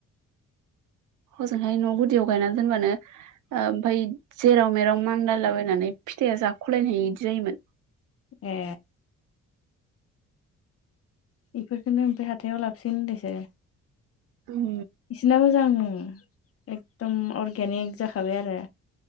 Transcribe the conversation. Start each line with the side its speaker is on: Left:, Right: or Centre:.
Right: हजोंहाय न' गुदियाव गायना दोनबानो ओमफ्राय जेराव मेराव मानलालाबायनानै फिथाइआ जाखलायनो हायि इदि जायोमोन।
Left: ए इफोरखोनो ओमफ्राय हाथायाव लाबोसिन होनदोंसो
Right: उम
Left: इसोना मोजां ओम एकदम अर्गेनिक जाखाबाय आरो।